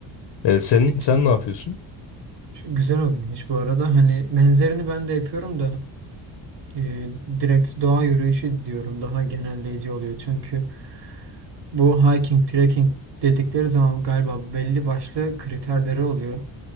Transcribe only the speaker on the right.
Hiç-
şu güzel hobiymiş bu arada. Hani benzerini ben de yapıyorum da e, direkt doğa yürüyüşü diyorum daha genelleyici oluyor. Çünkü bu hiking, trekking dedikleri zaman galiba belli başlı kriterleri oluyor.